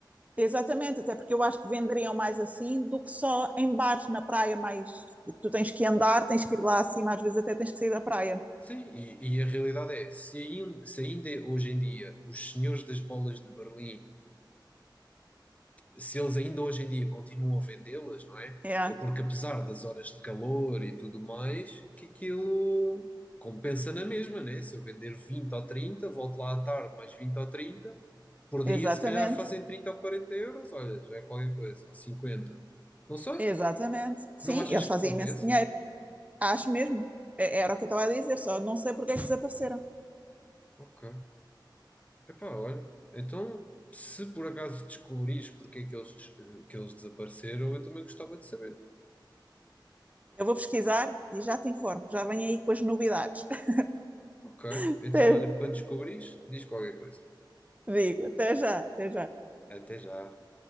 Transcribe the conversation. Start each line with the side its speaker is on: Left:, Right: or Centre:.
Right: Exatamente, até porque eu acho que venderiam mais assim do que só em bares na praia, mais tu tens que andar, tens que ir lá acima, às vezes até tens que sair da praia.
Left: Sim, e, e a realidade é, se ainda, se ainda hoje em dia os senhores das bolas de Berlim se eles ainda hoje em dia continuam a vendê-las, não é?
Right: É,
Left: É porque apesar das horas de calor e tudo mais, que aquilo compensa na mesma, né? Se eu vender 20 ou 30, volto lá à tarde mais 20 ou 30, por
Right: exatamente,
Left: dia se calhar fazem 30 ou 40 euros, olha, já é qualquer coisa, ou 50. Não sei,
Right: exatamente. Sim,
Left: não achas
Right: eles
Left: que
Right: fazem
Left: compensa?
Right: imenso dinheiro, acho mesmo. É- Era o que eu estava a dizer, só não sei porque é que desapareceram.
Left: Ok. Epá, olha, então se por acaso descobrires porque é que eles, des- eh, que eles desapareceram, eu também gostava de saber.
Right: Eu vou pesquisar e já te informo, já venho aí com as novidades. <laughs>
Left: Ok.
Right: Até,
Left: Então, olha, quando descobrires, diz qualquer coisa.
Right: digo, até já, até já.
Left: Até já.